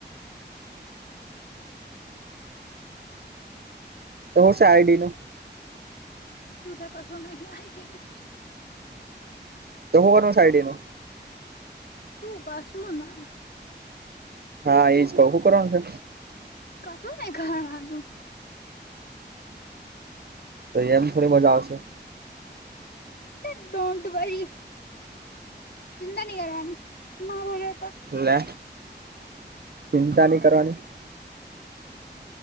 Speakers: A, on the right; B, on the left.
A: તો સાયડીનું.?
B: શું છે કશું નહીં આયડી નુ હ.
A: તો હોવાર સાઈડ એ નું.?
B: શું ક, શું નહીં.
A: હા, એજ કે, શું કરવાનું છે?
B: કશું ને કરવાનું.
A: તો એયામ થોડી મજા આવશે.
B: ડોટ વરી ચિંતા નહીં કરવાની, મારે રહેતા.
A: લે ચિંતા નહી કરવાની.?